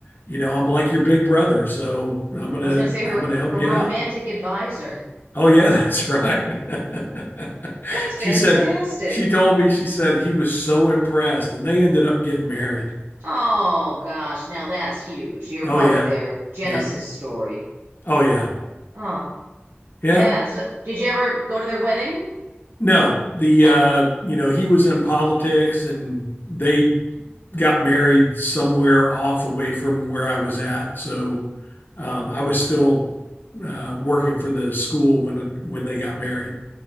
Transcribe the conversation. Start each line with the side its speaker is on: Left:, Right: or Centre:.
Left: you know, I'm like your big brother, so I'm gonna
Right: was gonna say
Left: I'm
Right: her
Left: gonna help
Right: her
Left: you
Right: romantic
Left: out.
Right: advisor.
Left: Oh yeah, that's right. <laughs>
Right: That's fantastic.
Left: She said, she told me, she said he was so impressed and they ended up getting married.
Right: Oh gosh, now that's huge. You're
Left: Oh
Right: part
Left: yeah.
Right: of their Genesis
Left: Yeah.
Right: story.
Left: Oh yeah.
Right: Oh,
Left: Yeah.
Right: yeah. So, did you ever go to their wedding?
Left: No, the
Right: Nah.
Left: uh, you know, he was in politics and they got married somewhere off away from where I was at. So um, I was still uh, working for the school when when they got married.